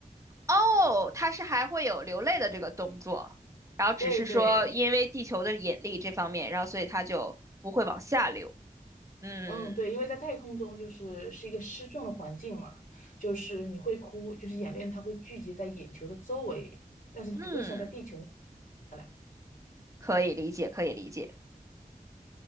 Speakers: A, on the right; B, on the left.
A: 哦，他是还会有流泪的这个动作，然后只是说因为地球的引力这方面，
B: 对对，
A: 然后所以他就不会往下流。嗯
B: 嗯对，因为在太空中就是是一个失重的环境嘛，就是你会哭，就是眼泪它会聚集在眼球的周围，但是它不会像在地球那样
A: 嗯，
B: 下来。
A: 可以理解，可以理解。